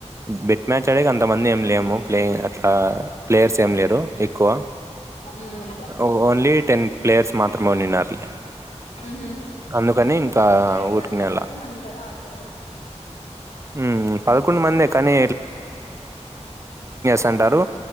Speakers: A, on the right (about 25°); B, on the left (about 70°).
A: బెట్ మ్యాచ్ ఆడేకి అంతమంది ఏమి లేము ప్లేయిం అట్లా ప్లేయర్స్ ఏమి లేరు ఎక్కువ
B: ఉమ్
A: అ ఓన్లీ టెన్ ప్లేయర్స్ మాత్ర మోనినార్ లే
B: ఉహు
A: అందుకని ఇంకా
B: మరి ఎట్లా
A: ఊరికినే
B: బతుకొండ
A: అలా
B: మంది కదా ఆడతారు
A: హ్మ్. మందే కానీ తంటారు